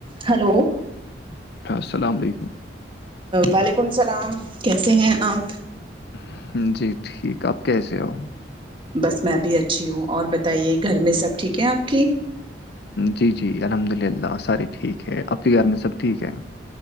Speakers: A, on the right; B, on the left.
A: Hello
B: السلام علیکم
A: وعلیکم السلام کیسے ہیں آپ
B: علیکم جی ٹھیک آپ کیسے ہو
A: بس میں بھی اچھی ہوں اور بتائیے گھر میں سب ٹھیک ہے آپ کی
B: جی جی الحمد للہ سارے ٹھیک ہے آپ کی گھر میں سب ٹھیک ہے